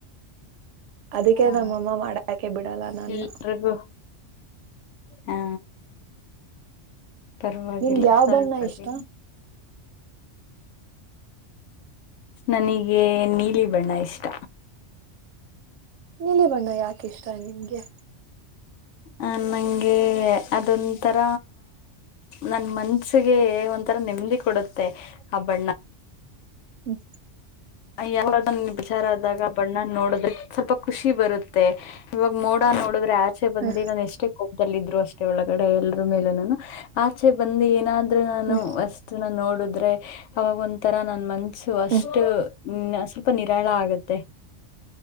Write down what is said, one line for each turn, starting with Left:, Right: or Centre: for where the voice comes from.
Right: ಅದಕ್ಕೆ
Left: ಹಾ
Right: ನಮ್ಮಮ್ಮ ಮಾಡಕೆ ಬಿಡಲ್ಲ ನನ್ನ
Left: ಎಲ್ರಿಗೂ ಹಾ ಪರವಾಗಿಲ್ಲ
Right: ನಿಮ್ಗೆ ಯಾವ
Left: ಸ್ವಲ್ಪ
Right: ಬಣ್ಣ ಇಷ್ಟ
Left: ದ ನನಗೆ ನೀಲಿ ಬಣ್ಣ ಇಷ್ಟ
Right: ನಿಲಿ ಬಣ್ಣ ಯಾಕೆ ಇಷ್ಟ ನಿಮಗೆ
Left: ಹ ನಂಗೆ ಅದೊಂಂತರ ನನ್ ಮನ್ಸಿಗೆ ಒಂಥರ ನೆಮ್ಮದಿ ಕೊಡುತ್ತೆ ಹಬ್ಬಣ್ಣ
Right: ಹ್ಮ್
Left: ಯಾವ ವಿಚಾರ ಆದಾಗ ಬಣ್ಣ ನೋಡ ಸ್ವಲ್ಪ ಖುಷಿ ಬರುತ್ತೆ ಇವಾಗ ಮೋಡ ನೋಡಿದ್ರೆ <inaudible> ಬಂದ
Right: ಹ್ಮ್
Left: ನು ಎಷ್ಟೇ ಹೋಗ ಲ್ಲ ಇದ್ರು ಅಷ್ಟೇ ಒಳಗಡೆ ಎಲ್ರ ಮೇಲೆ ಆಚೆ ಬಂದು ಏನಾದ್ ನಾನು
Right: ಹ್ಮ್
Left: ಅಷ್ಟಟ್ ನೋಡ ್ರೆ ಅವಾಗ ಒ ತರ ನ ಮ ಸು ಅಷ್ಟು
Right: ಹ್ಮ್
Left: ಹ್ಮ್ ಸ್ವಲ್ಪ ನೀರಳ ಆಗತ್ತೆ